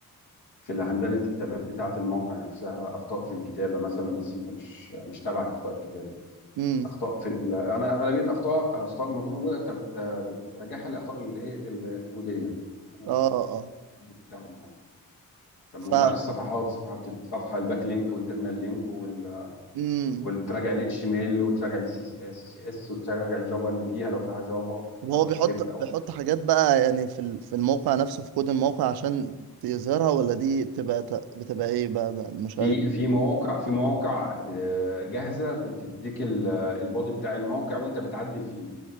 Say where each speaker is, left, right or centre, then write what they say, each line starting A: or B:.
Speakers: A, on the left; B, on the right.
A: في هندلة التباب بتاعة الموقع نفسها أخطاء في الكتابة مثلا بس أنت مش مش تابعك أخطاء الكتابة
B: امم
A: أخطاء في ال... أنا غالبية أخطاء أخطاء ما موجودة أنت بت... بتراجعها لأخطاء الإيه ال- الكودية كود
B: اه اه
A: كود بتاع الموقع طب
B: ف
A: ما أنت عارف الصفحات صفحة بتدي صفحة الباك لينك وانترنال لينك وال...
B: امم
A: وتراجع ال HTML وتراجع ال CCS وتراجع الجافا اللي فيها لو فيها جافا
B: طب هو
A: جافا
B: بيحط
A: سكريبت أو
B: بيحط
A: كده
B: حاجات بقى يعني في ال... في الموقع نفسه في كود الموقع عشان يظهرها ولا دي بتبقى ت- بتبقى ايه بقى, بقى مش
A: في
B: عارف
A: في مواقع في مواقع ب- جاهزة بتديك ال- البادي بتاع الموقع وأنت بتعدل فيه